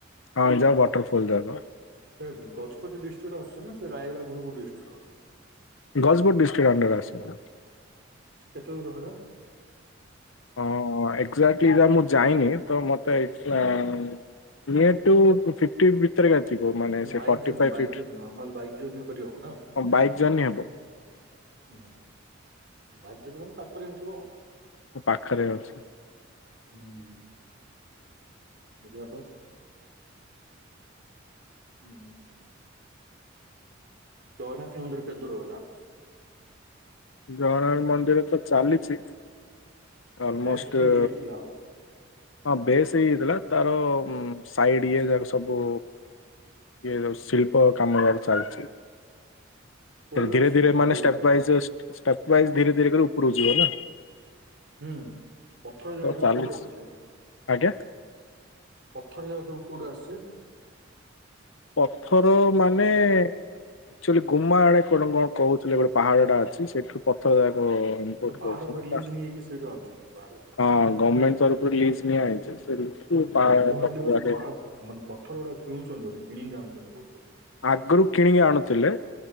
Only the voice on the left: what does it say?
ହଁ ଯାଅ ୱାଟରଫଲ୍ ଯାଉନ।
ଗଜପୁର ଡିଷ୍ଟ୍ରିକ୍ଟ ଅଣ୍ଡର ଆସିବ।
ହଁ ଏଜାକ୍ଟଲି ଯା ମୁଁ ଯାଇନି ତ ମତେ ଏକଷ୍ଟ୍ରା କ୍ଲିଅର ଟୁ ପୁଫିଟ୍ ଫିଟ ଭିତରେ ଏକା ଥିବା ମାନେ ସେ
ଫୋର୍ଟି
ଫାଇ
fit.
ହଁ ବାଇକ୍ ଜର୍ନି ହବ।
ମୋ ପାଖରେ ଅଛି।
ଜଗନ୍ନାଥ ମନ୍ଦିର ତ ଚାଲିଛି ଅଲମୋଷ୍ଟ
ହଁ ବେସ୍ ହେଇଯାଇଥିଲା ତାର ସାଇଡ ଇଏ ଯାକ ସବୁ ଇଏ ଯ ଶିଳ୍ପ କାମ ଜାକ ଚାଲିଛି।
ଧୀରେ
ଧୀରେ
ମାନେ ଷ୍ଟେପ୍
ବାଇଜ୍ ଷ୍ଟେପ୍ ବାଇଜ୍ ଧୀରେ ଧୀରେ ଉପରୁକୁ ଯିବ ନା।
ତ
ଚାଲିଛି
ଆଜ୍ଞା।
ପଥର ମାନେ ଆଚୁଆଲି ଗୁମା ଆଡ଼େ କଣ କଣ କହୁ ଗୋଟେ ପାହାଡ଼ଟା ଅଛି ସେଠୁ ପଥର ଯାକ ଇମ୍ପୋର୍ଟ
କରୁଛନ୍ତି
ତା-
ହଁ ଗଭର୍ଣ୍ଣମେଣ୍ଟ ତରଫରୁ ଲିଜ୍ ନିଆଯଇଛି ସେ ଲିଜୁ
ଆଗରୁ କିଣିକି ଆଣୁଥିଲେ